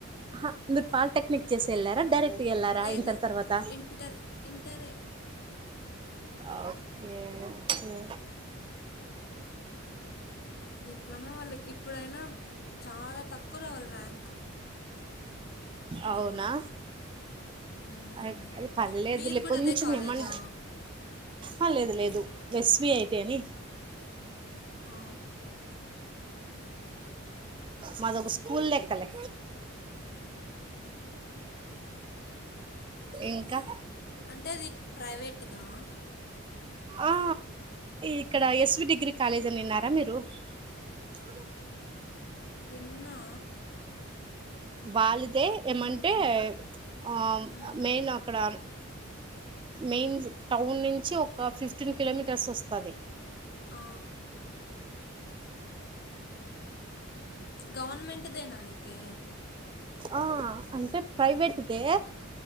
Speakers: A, on the right; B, on the left.
A: ఆహా మీరు పాల్టేక్నిక్ చేసేల్లారా డైరక్ క్ట్ గే ళ్ళరా
B: లేదు
A: ఇంటర్ తర్వాత
B: ఇంటర్ ఇంటరే
A: ఒకే మ్
B: డిప్లొమా వాళ్ళకి ఇప్పుడైనా చాలా తక్కువ రావలి ర్యాంకు
A: అవునా
B: మ్మ్.
A: అయ్ అది పర్లేదులే
B: మీరు కూడా
A: కొంచెం
B: అదే కాలేజా
A: ఏమం అ లేదు లేదు ఎస్బి ఐటి అని
B: ఆ.
A: మాదొక్కా స్కూల్ లేక్కలే ఇంకా
B: అంటే అది ప్రైవేట్దా
A: ఆ ఇక్కడ ఎస్వి డిగ్రీ కాలేజ్ అని విన్నారా మీరు అ
B: విన్నా
A: వాళ్ళదే ఏమంటే
B: విన్నా
A: ఆ
B: మ్మ్.
A: మెయిన్ అక్కడ మెయిన్ టౌన్ నుంచి ఒక ఫిఫ్టీన్ కిలోమీటర్స్ వస్తది
B: ఆ గవర్నమెంట్దేనా అయితే
A: ఆ అంటే ప్రైవేట్దే